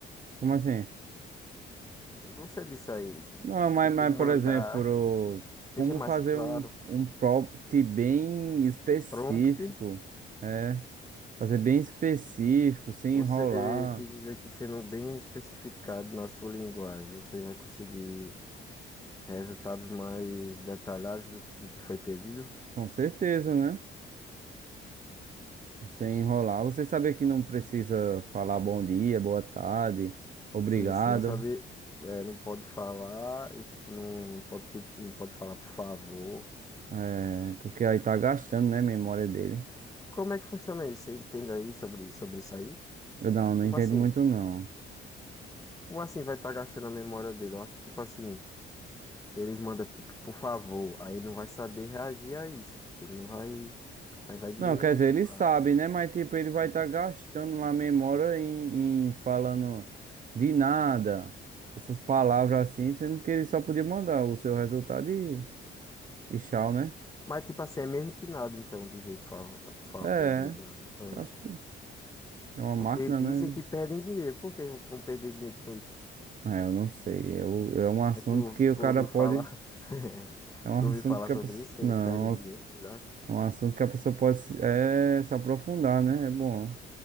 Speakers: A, on the right; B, on the left.
A: Como assim?
B: Você disse aí, de-
A: Não, mas,
B: tem como
A: mas
B: mandar,
A: por exemplo,
B: seja
A: como
B: mais
A: fazer
B: claro,
A: um, um prompt bem específico,
B: prompt.
A: é? Fazer bem específico, sem
B: Você
A: enrolar.
B: quis dizer que sendo bem especificado na sua linguagem, você vai conseguir resultados mais detalhados do, do que foi pedido?
A: Com certeza, né? Sem enrolar. Você sabe que não precisa falar bom dia, boa tarde, obrigado,
B: Sim, sim, eu sabia. é, não pode falar e tipo, não pode, pe- não pode falar por favor.
A: é, porque aí tá gastando, né, a memória dele.
B: Como é que funciona isso? Você entende aí sobre, sobre isso aí?
A: Eu não, não
B: Como
A: entendo
B: assim?
A: muito não.
B: Como assim vai estar gastando a memória dele? Eu acho que tipo assim, ele manda tipo, por favor, aí ele não vai saber reagir a isso, tipo, ele não vai. Aí vai diminuir,
A: Não, quer dizer,
B: tipo,
A: ele sabe, né, mas tipo, ele vai estar gastando lá a memória em, em falando de nada, essas palavras assim, sendo que ele só podia mandar o seu resultado e, e tchau, né?
B: Mas, tipo assim, é mesmo que nada, então, dizer, por favor, por favor,
A: É,
B: obrigado. Então,
A: eu acho
B: né?
A: que é uma máquina,
B: porque
A: né?
B: dizem que perdem dinheiro. Por que vão perder dinheiro com isso?
A: É, eu não sei, é, o- é um
B: Mas
A: assunto
B: tu,
A: que o
B: tu
A: cara
B: ouviu
A: pode...
B: falar. <laughs>
A: É um
B: Tu
A: assunto
B: ouviu falar
A: que
B: sobre
A: a pessoa.
B: isso, que
A: Não,
B: eles perdem dinheiro,
A: é
B: sei lá.
A: um assunto que a pessoa pode se- é, se aprofundar, né? É bom